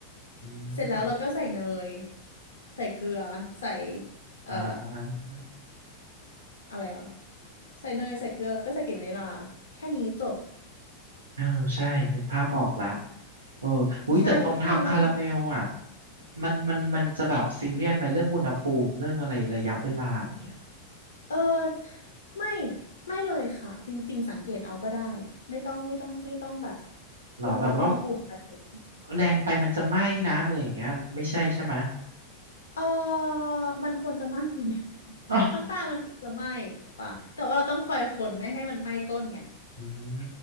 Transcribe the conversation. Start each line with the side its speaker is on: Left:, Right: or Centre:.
Right: อืม
Left: เสร็จแล้วเราก็ใส่เนยใส่เกลือใส่เอ่อ
Right: อ่า
Left: อะไรอ่ะใส่เนยใส่เกลือแล้วก็ใส่กลิ่นวานิลลาแค่นี้จบ
Right: เออใช่นึกภาพออกละเอออุ้ยแต่ตรงทำคาราเมลอ่ะ
Left: ใช่แค่นั้นเลย
Right: มันมันมันจะแบบซีเรียสไหมเรื่องอุณหภูมิเรื่องอะไรระยะเวลาอย่างเงี้ย
Left: เออไม่ไม่เลยค่ะจริงๆสังเกตเอาก็ได้ไม่ต้องไม่ต้องไม่ต้องแบบ
Right: หรอแบบว่า
Left: อุณหวัดอุณหภูมิอะไรแบบ
Right: แรงไปมันจะไหม้นะอะไรอย่างเงี้ยไม่ใช่ใช่ไหม
Left: เออมันควรจะไหม้
Right: อ้าว
Left: <laughs> น้ำตาลมันควรจะไหม้ใช่ปะแต่ว่าเราต้องคอยคนไม่ให้มันไหม้ก้นไง
Right: อืม